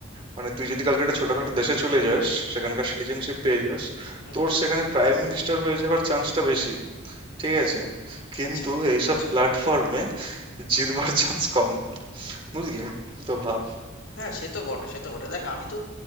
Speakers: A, on the right (about 25°); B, on the left (about 70°).
A: মানে তুই যদি কালকে একটা ছোটখাটো দেশে চলে যাস সেখানকার সিটিজেনশিপ পেয়ে যাস
B: হুম
A: তোর
B: হুম
A: সেখানে প্রাইম মিনিস্টার হয়ে যাওয়ার চান্সটা বেশি ঠিক আছে কিন্তু
B: আচ্ছা
A: এইসব
B: আচ্ছা
A: প্ল্যাটফর্মে জিতবার চান্স কম
B: হুম হুম
A: বুঝলি তো ভাব
B: হ্যাঁ, সে তো বটে, সে তো বটে। দেখ আমি তো